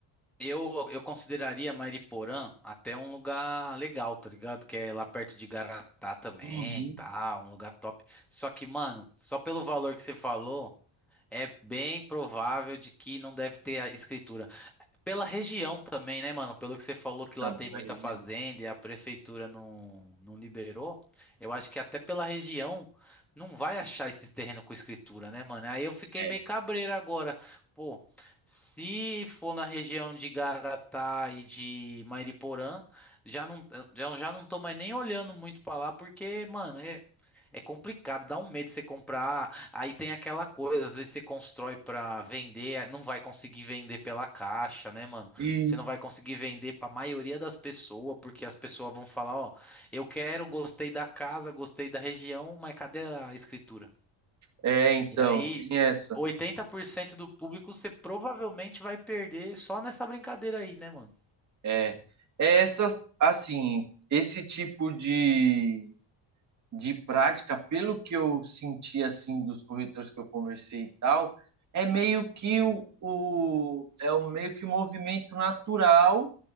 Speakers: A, in the centre; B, on the right.
A: Eu, eu consideraria Mariporã até um lugar legal, tá ligado? Que é lá perto de Garatá também,
B: Uhum.
A: tá? Um lugar top. Só que, mano, só pelo valor que você falou, é bem provável de que não deve ter a escritura. Pela região também, né, mano? Pelo que você falou que
B: Não,
A: lá tem
B: pela
A: muita
B: região.
A: fazenda e a prefeitura não, não liberou, eu acho que até pela região não vai achar esses terrenos com escritura, né, mano? Aí eu fiquei
B: É,
A: meio
B: é.
A: cabreiro agora. Pô, se for na região de Garatá e de Mairiporã, já não, eu já não tô mais nem olhando muito pra lá, porque, mano, é, é complicado, dá um medo você comprar. Aí tem aquela coisa, às vezes você constrói pra vender, eh, não vai conseguir vender pela caixa, né, mano?
B: E
A: Você não vai conseguir vender pra maioria das pessoas, porque as pessoas vão falar, ó, eu quero, gostei da casa, gostei da região, mas cadê a escritura?
B: É, então,
A: E aí,
B: tem essa.
A: 80% do público você provavelmente vai perder só nessa brincadeira aí, né, mano?
B: É, é essas, assim, esse tipo de de prática, pelo que eu senti assim dos corretores que eu conversei e tal, é meio que
A: Hum.
B: o, o é um meio que um movimento natural